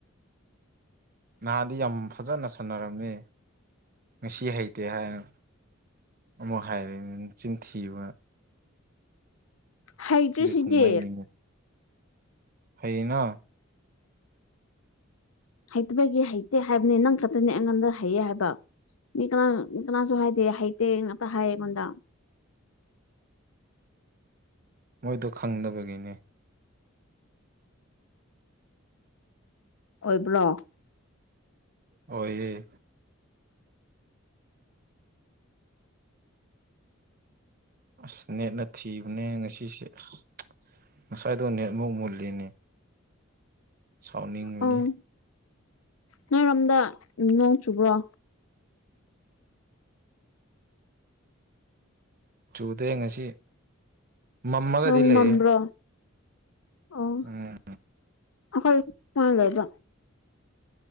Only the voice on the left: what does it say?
ꯍꯩꯇ꯭ꯔꯤ ꯁꯤꯗꯤ
ꯍꯩꯇꯕꯒꯤ ꯍꯩꯇꯦ ꯍꯥꯏꯕꯅꯤ ꯅꯪ ꯈꯛꯇꯅꯦ ꯑꯩꯉꯣꯟꯗ ꯍꯩꯌꯦ ꯍꯥꯏꯕ ꯃꯤ ꯀꯅꯥ ꯀꯅꯥꯁꯨ ꯍꯥꯏꯗꯦ ꯍꯩꯇꯦ ꯉꯥꯛꯇ ꯍꯥꯏꯌꯦ ꯑꯩꯉꯣꯟꯗ
ꯑꯣꯏꯕ꯭ꯔꯣ
ꯎꯝ ꯅꯣꯏꯔꯣꯝꯗ ꯅꯣꯡ ꯆꯨꯕ꯭ꯔꯣ
ꯅꯣꯡ
ꯃꯝꯕ꯭ꯔꯣ ꯑꯣ
ꯑꯩꯈꯣꯏ ꯑꯉꯥꯡꯒꯩꯗꯣ